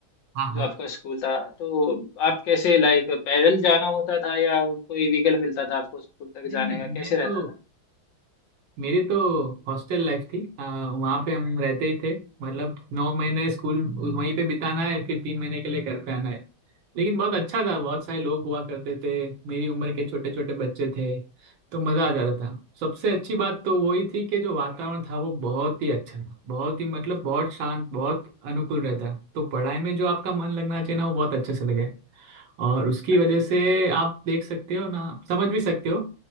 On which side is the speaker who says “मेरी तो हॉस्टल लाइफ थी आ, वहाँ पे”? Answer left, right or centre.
Right